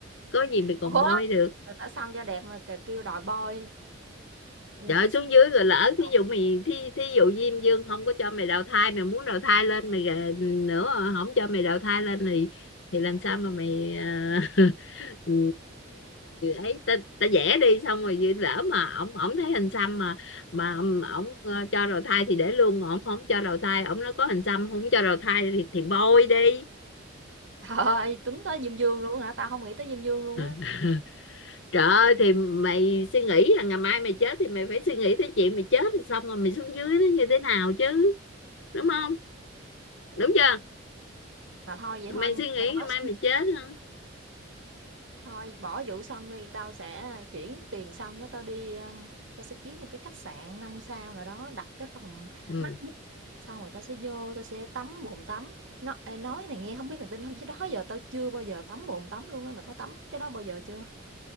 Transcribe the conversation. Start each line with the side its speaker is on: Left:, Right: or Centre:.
Left: có gì mày còn
Right: Ủa,
Left: bôi được
Right: người ta săn cho đẹp mà c kêu đòi boy, người
Left: Trời
Right: ta xăm
Left: xuống dưới rồi
Right: em
Left: lỡ
Right: xăm đầu.
Left: thí dụ mày thí, thí dụ Diêm Dương không có cho mày đào thai mày muốn đào thai lên mày gà- nữa không cho mày đào thai lên thì thì làm sao mà mày à, <laughs> ừ, ấy ta, ta vẽ đi xong rồi vậy lỡ mà ổng ổng thấy hình xăm mà mà ổng ổng, ờ, cho đào thai thì để luôn ổng không cho đào thai ổng nó có hình xăm không cho đào thai thì thì bôi đi
Right: Trời ơi, tính tới diêm dương luôn hả? Tao không nghĩ tới diêm dương luôn á.
Left: <laughs> trời ơi thì mày suy nghĩ là ngày mai mày chết thì mày phải suy nghĩ tới chuyện mày chết rồi xong rồi mày xuống dưới nó như thế nào chứ đúng không
Right: Ừ,
Left: đúng chưa
Right: mà thôi vậy
Left: mày
Right: thôi,
Left: suy nghĩ
Right: mày nói
Left: ngày mai mày chết không
Right: Thôi bỏ vụ xong đi, tao sẽ chuyển tiền xong đó tao đi ờ, tao sẽ kiếm một cái khách sạn 5 sao nào đó, đặt cái phòng
Left: ừ.
Right: mắc nhất. Xong rồi tao sẽ vô, tao sẽ tắm bồn tắm. Nó ê, nói này nghe không biết mày tin không chứ đó giờ tao chưa bao giờ tắm bồn tắm luôn á, mày có tắm cái đó bao giờ chưa?